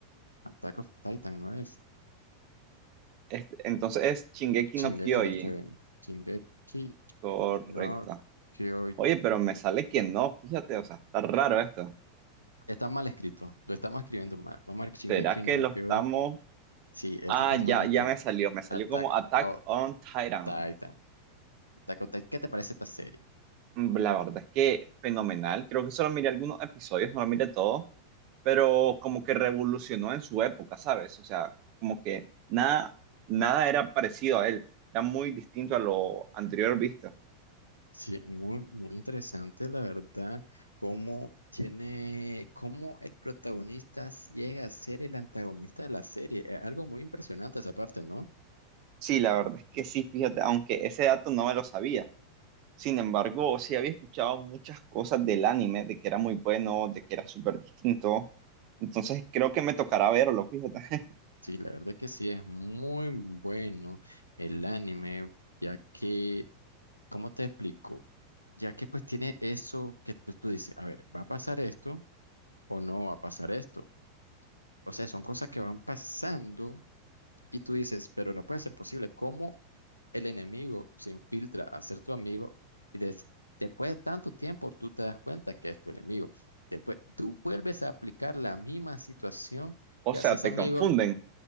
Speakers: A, on the left (about 85°); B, on the right (about 40°).
A: Attack of Titan, ¿no es?
B: Este, entonces es Shingeki
A: Shingeki
B: no Kyojin.
A: no Kyojin. Shingeki
B: Correcto.
A: no Kyojin.
B: Oye, pero me sale que no, fíjate, o sea, está raro esto.
A: Está mal escrito, lo estamos escribiendo mal. Vamos a ver Shingeki
B: ¿Será que
A: no
B: lo estamos...?
A: hoy. Sí, esto
B: Ah,
A: está
B: ya,
A: mal escrito.
B: ya me salió, me salió
A: Attack
B: como Attack
A: on
B: on Titan.
A: Titan. Attack on Titan. ¿Qué te parece esta serie?
B: Mm, La verdad es que fenomenal. Creo que solo miré algunos episodios, no lo miré todo, pero como que revolucionó en su época, ¿sabes? O sea, como que nada, nada era parecido a él. Era muy distinto a lo anterior visto.
A: Sí, muy, muy interesante, la verdad, cómo tiene, cómo el protagonista llega a ser el antagonista de la serie. Es algo muy impresionante esa parte, ¿no?
B: Sí, la verdad es que sí, fíjate, aunque ese dato no me lo sabía. Sin embargo, sí había escuchado muchas cosas del anime, de que era muy bueno, de que era súper distinto. Entonces creo que me tocará verlo, fíjate. <laughs>
A: Sí, la verdad que sí, es muy bueno el anime, ya que, ¿cómo te explico? Ya que pues tiene eso que tú tú dices, a ver, va a pasar esto. o no va a pasar esto. O sea, son cosas que van pasando y tú dices, pero no puede ser posible. ¿Cómo el enemigo se infiltra a ser tu amigo y des- después de tanto tiempo tú te das cuenta que es tu enemigo? Después tú vuelves a aplicar la misma situación,
B: O
A: te
B: sea,
A: haces
B: te
A: amigo,
B: confunden.